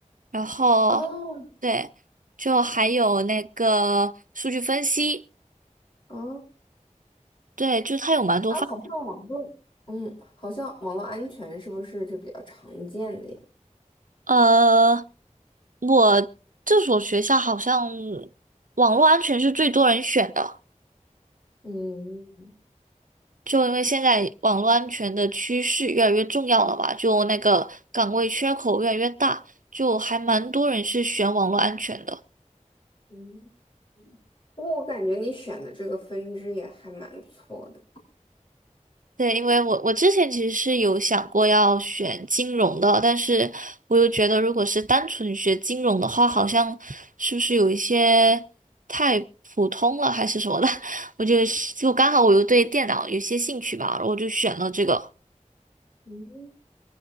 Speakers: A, on the right (about 85°); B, on the left (about 40°).
A: 然后
B: 啊
A: 对，就还有那个数据分析，
B: 啊
A: 对，就它有蛮多方。
B: 啊，好像网络，嗯，好像网络安全是不是就比较常见的呀？
A: 呃，我这所学校好像网络安全是最多人选的。
B: 嗯
A: 就因为现在网络安全的趋势越来越重要了吧，就那个岗位缺口越来越大，就还蛮多人是选网络安全的。
B: 嗯，不过我感觉你选的这个分支也还蛮不错的。
A: 对，因为我我之前其实是有想过要选金融的，但是我又觉得如果是单纯学金融的话，好像是不是有一些太普通了还是什么的，<laughs> 我就就刚好我又对电脑有些兴趣吧，然后我就选了这个。
B: 嗯，